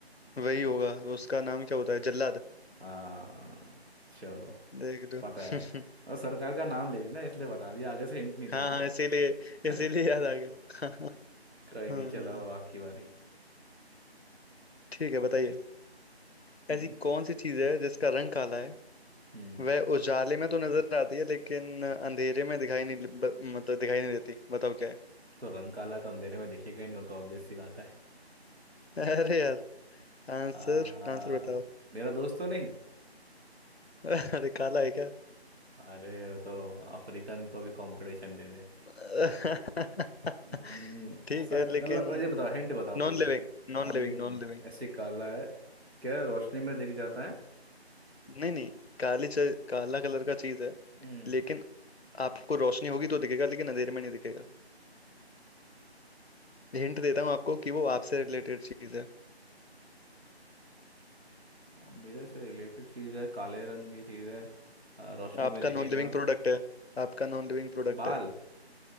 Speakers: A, on the left; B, on the right.
A: वही होगा उसका नाम क्या होता है जल्लाद
B: आ, चलो
A: देख लो
B: पता
A: <laughs>
B: है और सरकार का नाम ले लेना इसलिए बता दिया आगे से हिंट नहीं दूंगा
A: हाँ हाँ इसीलिए
B: <laughs>
A: इसीलिए याद आ गया <laughs>
B: कोई
A: हाँ
B: नहीं चलो बाकी बारी
A: ठीक है बताइए
B: हम्म
A: ऐसी कौन सी चीज है जिसका रंग काला है
B: हम्म,
A: वह उजाले में तो नजर आती है लेकिन अंधेरे में दिखाई नहीं ब- मतलब दिखाई नहीं देती बताओ क्या है
B: तो रंग काला है तो अंधेरे में दिखेगा ही नहीं वो तो ऑब्वियस सी बात है
A: <laughs> अरे आंसर
B: आ,
A: आंसर बताओ
B: मेरा दोस्त तो नहीं
A: <laughs> अरे काला है क्या
B: अरे वो तो अफ्रीकन को भी कंपटीशन दे दे
A: <laughs>
B: हम्म,
A: ठीक
B: ऐसा
A: है
B: मतलब
A: लेकिन
B: ये बताओ हिंट बताओ
A: Non
B: कोई
A: living Non
B: नॉन
A: living
B: लिविंग
A: non
B: है
A: living
B: ऐसे काला है क्या रोशनी में दिख जाता है
A: नहीं नहीं काली च, काला कलर का चीज है
B: हम्म
A: लेकिन आपको रोशनी होगी तो दिखेगा लेकिन अंधेरे में नहीं दिखेगा हिंट देता हूँ आपको कि वो आपसे रिलेटेड चीज है
B: अब मेरे से रिलेटेड चीज है काले रंग की चीज है आ, रोशनी
A: आपका
B: में दिखेगा
A: नॉन लिविंग प्रोडक्ट है आपका नॉन लिविंग प्रोडक्ट
B: बाल
A: है